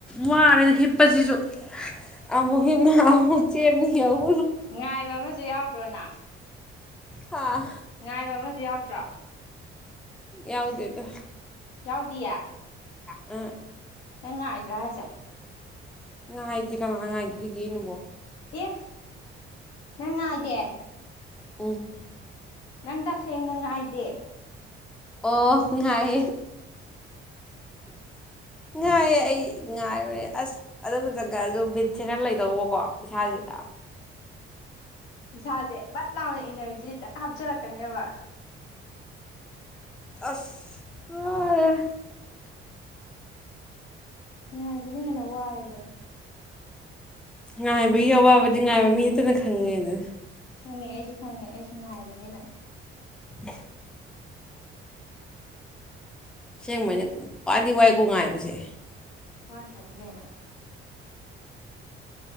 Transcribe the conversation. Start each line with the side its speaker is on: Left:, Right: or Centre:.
Centre: ꯋꯥꯔꯦ ꯍꯤꯞꯄꯁꯤꯁꯨ ꯑꯃꯨꯛ ꯍꯤꯞꯅ ꯑꯃꯨꯛ ꯆꯦꯅ ꯍꯎꯨ
Left: ꯉꯥꯏꯕ ꯑꯃꯁꯨ ꯌꯥꯎꯗ꯭ꯔꯣꯅ
Centre: ꯑꯥ
Left: ꯉꯥꯏꯕ ꯑꯃꯁꯨ ꯌꯥꯎꯗ꯭ꯔꯥ
Centre: ꯌꯥꯎꯗꯗ
Left: ꯌꯥꯎꯗꯌꯥ
Centre: ꯎꯝ
Left: ꯅꯪꯥꯏ ꯔꯥꯖꯥ
Centre: ꯉꯥꯏꯗꯤꯦ ꯀꯅꯥ ꯉꯥꯏꯗꯨꯗꯤ ꯌꯦꯦ ꯅꯕꯣ
Left: ꯑꯦ ꯅꯪ ꯏꯗꯦ
Centre: ꯎꯝ
Left: ꯅꯪ ꯇꯁꯦꯡꯅꯉꯥꯏꯗꯦ
Centre: ꯑꯣ ꯉꯥꯏ ꯉꯏ ꯑꯩ ꯉꯥꯏꯕꯅꯦ ꯑꯁ ꯑꯗꯨꯝꯇꯇꯪꯒ ꯑꯗꯨ ꯕꯤꯠꯁꯦ ꯈꯔ ꯂꯩꯗꯧꯕꯀꯣ ꯏꯁꯥꯁꯤꯗ
Left: ꯁꯥ ꯦ ꯕꯠ ꯂꯥꯎꯅ ꯏꯅꯔꯖꯤ ꯍꯦꯛꯇꯛ ꯍꯥꯞꯆꯤꯂꯛꯀꯅꯦꯕ
Centre: ꯑꯅ
Left: ꯉꯉꯥꯏꯕꯅ ꯍꯦꯟꯅ ꯋꯥꯔꯦ ꯑꯗꯨꯅ
Centre: ꯉꯥꯏꯕꯒꯤ ꯑꯋꯥꯕꯗꯤ ꯉꯥꯏꯕ ꯃꯤ ꯅꯠꯇꯅ ꯈꯪꯉꯦꯗ
Left: ꯈꯪꯉꯦ ꯑꯩꯁꯨ ꯈꯪꯉꯦ ꯑꯩꯁꯨ ꯉꯥꯏꯕꯅꯤꯅ
Centre: <inaudible> ꯁꯦꯡꯕꯅꯤ ꯈ꯭ꯋꯥꯏꯗꯤ ꯋꯥꯏ ꯀꯣ ꯉꯥꯏꯕꯁꯦ
Left: ꯃꯥꯟ꯭ꯔꯥꯖꯤꯒ ꯍ